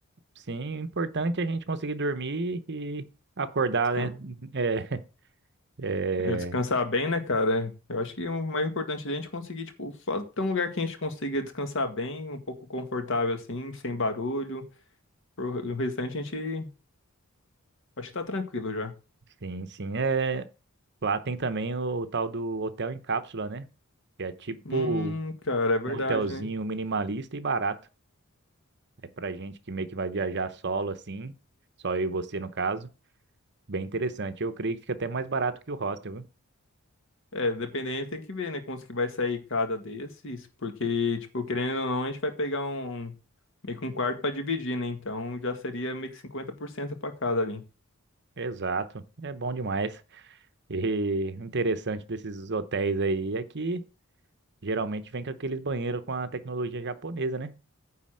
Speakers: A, on the right; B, on the left.
A: sim, importante a gente conseguir dormir e acordar,
B: Descan-
A: né? <laughs> É,
B: é, descansar
A: é,
B: bem, né, cara? Eu acho que o mais importante ali é a gente conseguir, tipo, fa- ter um lugar que a gente consiga descansar bem, um pouco confortável assim, sem barulho. Pro- O restante a gente Acho que tá tranquilo já.
A: sim, sim. É, lá tem também o, tal do hotel em cápsula, né? Que é tipo
B: Hum, cara, é verdade,
A: um hotelzinho
B: né?
A: minimalista e barato. É pra gente que meio que vai viajar solo assim, só eu e você no caso. Bem interessante. Eu creio que fica até mais barato que o hostel, viu?
B: É, dependendo, tem que ver, né? Quantos que vai sair cada desses. Porque, tipo, querendo ou não, a gente vai pegar um. um, Meio que um quarto pra dividir, né? Então já seria meio que 50% pra cada ali.
A: Exato. É bom demais. E o interessante desses hotéis aí é que geralmente vem com aqueles banheiros com a tecnologia japonesa, né?